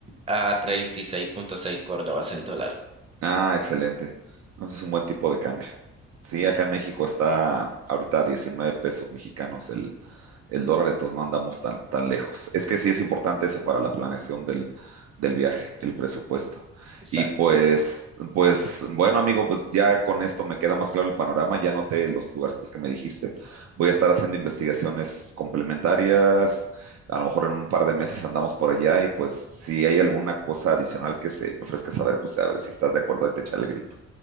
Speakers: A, on the right (about 20°); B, on the right (about 55°).
A: a 36.6 córdobas el dólar.
B: Ah, excelente. Entonces es un buen tipo de cambio. Sí, acá en México está ahorita a 19 pesos mexicanos el, el dólar, entonces no andamos tan, tan lejos. Es que sí es importante eso para la planeación del, del viaje, el presupuesto.
A: Exacto.
B: Y pues, pues, bueno, amigo, pues ya con esto me queda más claro el panorama, ya noté los lugarcitos que me dijiste. Voy a estar haciendo investigaciones complementarias, a lo mejor en un par de meses andamos por allá y pues si hay alguna cosa adicional que se me ofrezca saber, pues a ver si estás de acuerdo y te echar el grito.